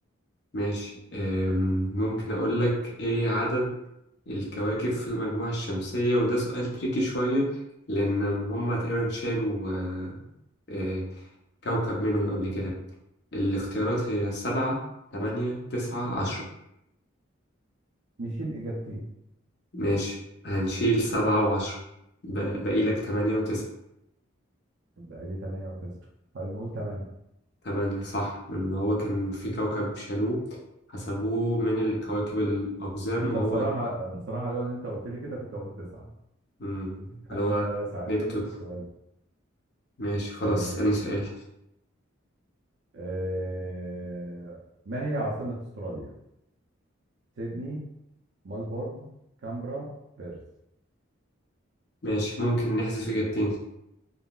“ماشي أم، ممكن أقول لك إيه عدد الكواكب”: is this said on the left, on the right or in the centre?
Left